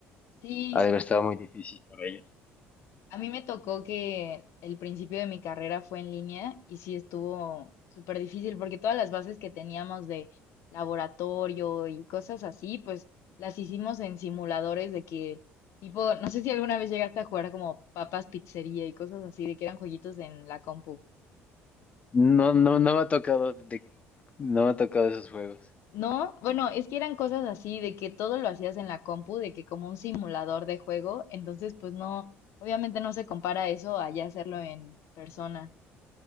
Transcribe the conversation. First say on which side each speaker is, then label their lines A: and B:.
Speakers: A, on the left; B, on the left.
A: Sí,
B: Ha de haber estado muy difícil para ellos.
A: A mí me tocó que el principio de mi carrera fue en línea y sí estuvo súper difícil porque todas las bases que teníamos de laboratorio y cosas así, pues las hicimos en simuladores de que tipo, no sé si alguna vez llegaste a jugar como papas pizzería y cosas así, de que eran jueguitos en la compu.
B: No, no, no me ha tocado de, no me ha tocado esos juegos.
A: No, bueno, es que eran cosas así de que todo lo hacías en la compu, de que como un simulador de juego, entonces pues no, obviamente no se compara eso a ya hacerlo en persona.